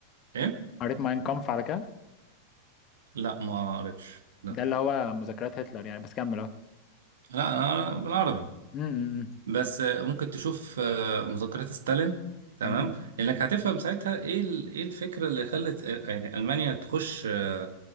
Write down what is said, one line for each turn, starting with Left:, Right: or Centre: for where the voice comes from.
Right: ايه
Left: قريت ماين كامف على كده
Right: لا ما قريتش لا
Left: ده اللي هو مذكرات هتلر يعني بس كمل اه
Right: لا أنا أنا بالعربي
Left: أمم،
Right: بس آه، ممكن تشوف آه، مذكرات ستالين تمام
Left: أمم،
Right: لانك هتفهم ساعتها ايه ال... ايه الفكره اللي خلت آه، يعني المانيا تخش آه،